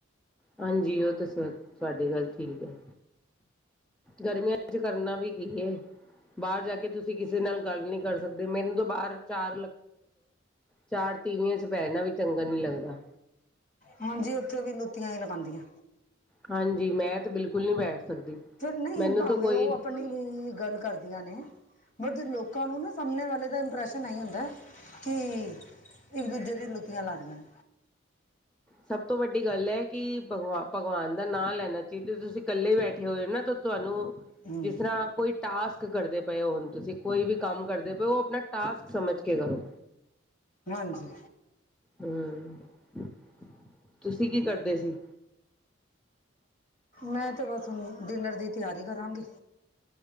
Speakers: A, in the centre; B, on the left.
A: ਹਾਂਜੀ ਉਹ ਤਾਂ ਸਭ ਤੁਹਾਡ ਗੱਲ ਠੀਕ ਹੈ ਗਰਮੀਆਂ ਚ ਕਰਨਾ ਵੀ ਕੀ ਹੈ ਬਾਹਰ ਜਾ ਕੇ ਤੁਸੀਂ ਕਿਸੇ ਨਾਲ ਗੱਲ ਨਹੀਂ ਕਰ ਸਕਦੇ ਮੈਨੂੰ ਤੋਂ ਬਾਹਰ ਚਾਰ ਚਾਰ ਤੀਵੀਆਂ ਚ ਬਹਿਣਾ ਵੀ ਚੰਗਾ ਨੀ ਲੱਗਦਾ
B: ਹਾਂਜੀ ਉੱਥੇ ਵੀ ਲੁੱਤੀਆਂ ਹੀ ਲਗਾਉਂਦੀਆਂ
A: ਹਾਂਜੀ ਮੈਂ ਤੇ ਬਿਲਕੁਲ ਨਹੀਂ ਬੈਠ ਸਕਦੀ
B: ਫਿਰ ਨਹੀਂ
A: ਮੈਨੂੰ
B: ਭਾਵੇਂ
A: ਤਾਂ ਕੋਈ
B: ਉਹ ਆਪਣੀ ਲਈ ਗੱਲ ਕਰਦੀਆਂ ਨੇ ਬਟ ਲੋਕਾਂ ਨੂੰ ਨਾ ਸਾਮਣੇ ਵਾਲੇ ਦਾ ਇੰਪ੍ਰੈਸ਼ਨ ਇਹੀ ਹੁੰਦਾ ਕਿ ਇੱਕ ਦੂਜੇ ਦੀਆਂ ਲੁੱਤੀਆਂ ਲਾ ਲਈਆਂ ਨੇ
A: ਸਭ ਤੋਂ ਵੱਡੀ ਗੱਲ ਹੈ ਕਿ ਭਗਵਾਨ ਦਾ ਨਾਂ ਲੈਣਾ ਚਾਹੀਦਾ ਤੁਸੀਂ ਇਕੱਲੇ ਬੈਠੇ ਹੋਏ ਹੋ ਨਾ ਤੁਹਾਨੂੰ
B: ਹੂੰ
A: ਜਿਸ ਤਰ੍ਹਾਂ ਕੋਈ ਟਾਸਕ ਕਰਦੇ ਪਏ ਹੋ ਹੁਣ ਤੁਸੀਂ ਕੋਈ ਵੀ ਕੰਮ ਕਰਦੇ ਪਏ ਹੋ ਆਪਣਾ ਟਾਸਕ ਸਮਝ ਕੇ ਕਰੋ
B: ਹਾਂਜੀ
A: ਹਮ ਤੁਸੀਂ ਕੀ ਕਰਦੇ ਸੀ
B: ਮੈਂ ਤੇ ਬਸ ਹੁਣ ਡਿਨਰ ਦੀ ਤਿਆਰੀ ਕਰਾਂਗੀ